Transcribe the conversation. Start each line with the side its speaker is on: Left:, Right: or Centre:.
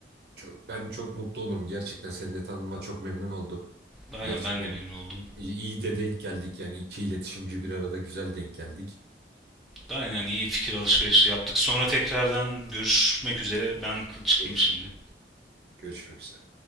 Right: Çok, ben çok mutlu olurum. Gerçekten seni de tanıma çok memnun oldum.
Centre: Aynen
Right: Gerçekten
Centre: ben de memnun oldum.
Right: iyi, iyi de denk geldik. Yani iki iletişimci bir arada güzel denk geldik.
Centre: Aynen iyi fikir alışverişi yaptık. Sonra tekrardan görüşmek üzere. Ben çıkayım
Right: Görüşmek,
Centre: şimdi.
Right: görüşmek üzere.